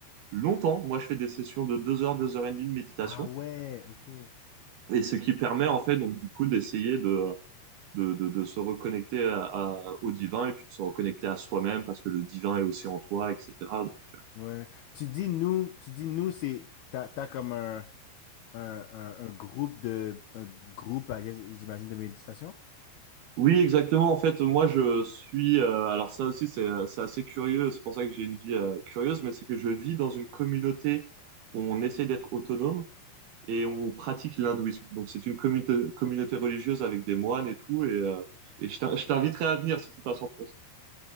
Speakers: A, on the right; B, on the left.
A: longtemps. Moi, je fais des sessions de deux heures, deux heures et demie de méditation.
B: Ah ouais, ok.
A: Et ce qui permet, en fait, donc, du coup, d'essayer de, de, de, de se reconnecter à- à- au divin et puis de se reconnecter à soi-même parce que le divin est aussi en toi, etc. Donc, euh,
B: Ouais. Tu dis nous, tu dis nous, c'est t'as, t'as comme un. un, un- un groupe de un groupe, I guess, j'imagine, de méditation?
A: oui, exactement. En fait, moi, je suis. euh, alors, ça aussi, c'est c'est assez curieux. C'est pour ça que j'ai une vie euh, curieuse, mais c'est que je vis dans une communauté où on essaie d'être autonome. et on pratique l'hindouisme. Donc c'est une communauté, communauté religieuse avec des moines et tout. Et, euh, et je t'in- je t'inviterai à venir si tu passes en France.